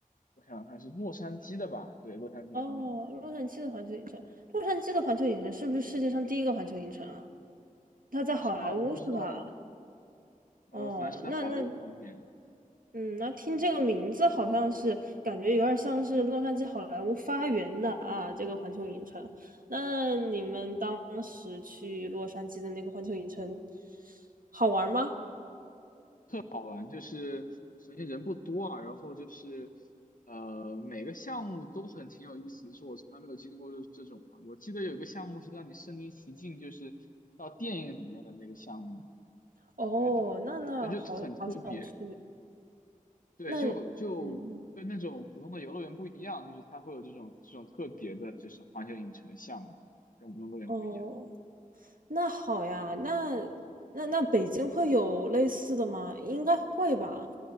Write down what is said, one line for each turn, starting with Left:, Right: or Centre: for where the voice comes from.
Left: 我想想看是洛杉矶的吧？对，洛杉矶的环球影城。
Right: 哦，洛杉矶的环球影城，洛杉矶的环球影城是不是世界上第一个环球影城啊？它在好莱坞是吧？
Left: 好像啊，我不知道哎。
Right: 哦，
Left: 呃，反正是在好莱坞旁边。
Right: 那那嗯，那听这个名字好像是感觉有点像是洛杉矶好莱坞发源的啊，这个环球影城。那你们当时去洛杉矶的那个环球影城好玩吗？
Left: 好玩，就是首先人不多啊，然后就是呃每个项目都很挺有意思，就是我从来没有经历过这这种啊。我记得有个项目是让你身临其境，就是到电影里面的那个项目，
Right: 哦，
Left: 对对对，
Right: 那那好好想去。
Left: 就很特别，对，
Right: 那嗯，
Left: 就就跟那种普通的游乐园不一样，就是它会有这种这种特别的，就是环球影城的项目，跟普通乐园不一样。
Right: 哦，那好呀。那那那北京会有类似的吗？应该会吧。